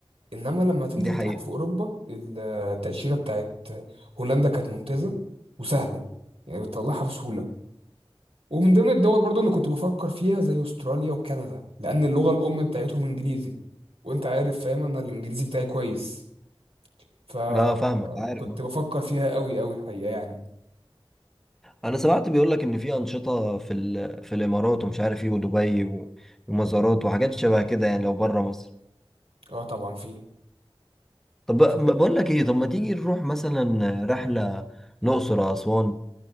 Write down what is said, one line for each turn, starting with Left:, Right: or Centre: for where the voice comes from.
Right: انما لما تنزل
Centre: دي حقيقة
Right: تحت في اوروبا التأشيرة بتاعت هولندا كانت ممتازة وسهلة يعني بتطلعها بسهولة ومن ضمن الدول برضو اللي كنت بفكر فيها زي استراليا وكندا لان اللغه الام بتاعتهم انجليزي وانت عارف فاهم انا الانجليزي بتاعي كويس فكنت
Centre: اه فاهمك عارف آه.
Right: بفكر فيها قوي قوي الحقيقه يعني
Centre: انا سمعت بيقول لك ان في أنشطة في ال... في الامارات ومش عارف ايه ودبي و... ومزارات وحاجات شبه كده يعني لو بره مصر
Right: اه طبعا فيه
Centre: طب بق-
Right: فيه.
Centre: ما بقول لك ايه طب ما تيجي نروح مثلا رحلة الأقصر أو أسوان